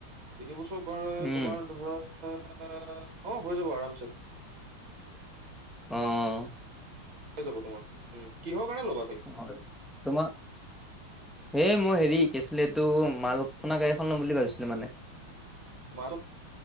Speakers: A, on the right; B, in the centre.
A: তিনিবছৰৰ কৰা
B: উম,
A: তোমাৰ ধৰা অ' হৈ যাব আৰামছে।
B: অঁ'
A: হৈ যাব তোমাৰ উম কিহৰ কাৰণে ল'বা তুমি?
B: হয় তোমা এই মই হেৰি কি আছিলে এইটো মালটনা গাড়ী এখন ল'ম বুলি ভাবিছিলোঁ মানে।
A: মা ত